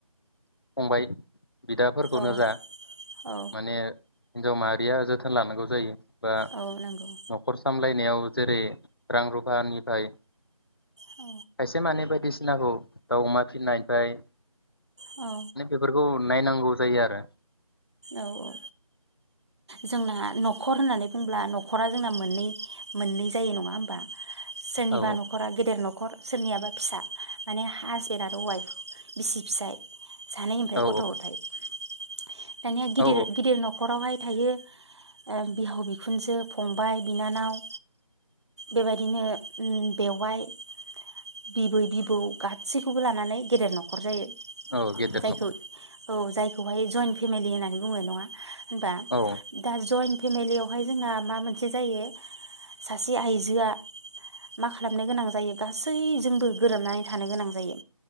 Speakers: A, on the left; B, on the right.
A: फंबाय बिदाफोरखौनो
B: औ
A: जा
B: औ
A: माने हिनजाव माहारिया जोथोन लानांगौ जायो। बा
B: औ नंगौ
A: नखर सामलाय नायाव‌ जेरै रां रुफानिफ्राय खायसे
B: औ
A: माने बायदिसिनाखौ दाउ अमा फिनायनिफ्राय
B: औ
A: ने बेफोरखौ। नाय नांगौ जायो आरो।
B: औ औ जोंना नखर होननानै बुंब्ला नखरा जोंना मोननै मोननै जायो नङा होमबा? सोरनिबा
A: आरो
B: नखरा गेदेर नखर सोरनियाबा फिसा माने हाजेेन आरो वाइफ बिसि फिसाय सानै ओमफ्राय
A: औ
B: गथ गथायाइ <inaudible> दानिया गिदिर
A: औ
B: गिदिर न खरावहाय थायो ओ बिहाव बिखुनजो फंबाय बिनानाव बेबायदिनो अम बेवाइ बिबै-बिबौ गासैखौबो लानानै गेदेर नखर जायो।
A: औ गेदेर
B: जायखौ
A: नखर
B: औ जायखौहाय जइन फेमिलि होननानै बुंनाय नङा होमबा
A: औ
B: दा जइन फेमिलियावहाय जोंहा मा मोनसे जायो सासे आइजोआ मा खालामनो गोनां जायो गासैजोंबो गोरोबनानै थानो गोनां जायो